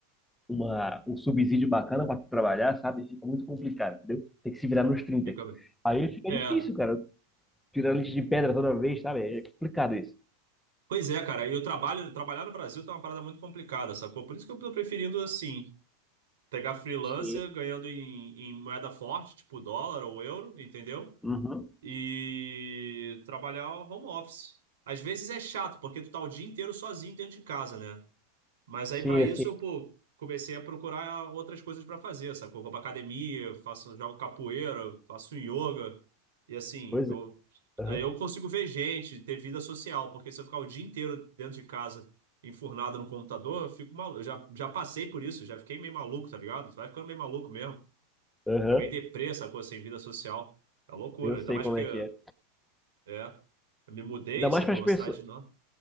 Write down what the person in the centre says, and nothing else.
uma, um subsídio bacana para tu trabalhar, sabe? Fica muito complicado, entendeu? Tem que se virar nos 30.
Aí fica
difícil, cara. Tirando leite de pedra toda vez, sabe? É complicado isso.
Sim.
Uhum.
Sim,
assim,
pois
é. Aham,
aham.
Eu
sei
como
é que é.
Ainda mais
para as
pessoas.